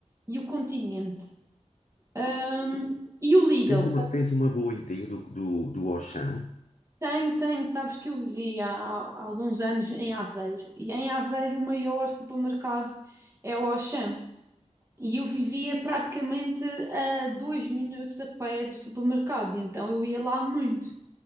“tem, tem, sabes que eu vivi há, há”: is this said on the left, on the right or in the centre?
Right